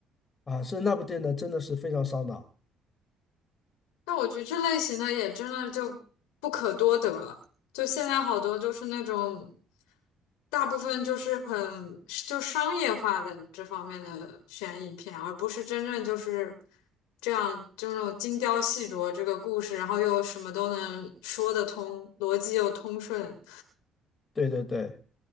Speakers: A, on the left; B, on the left.
A: 啊！是那部电影真的是非常烧脑。
B: 但我觉得这类型的也真的就不可多得，就现在好多就是那种，大部分就是很就商业化的这方面的悬疑片，而不是真正就是这样就那种精雕细琢这个故事，然后又什么都能说得通，逻辑又通顺，
A: 对对对，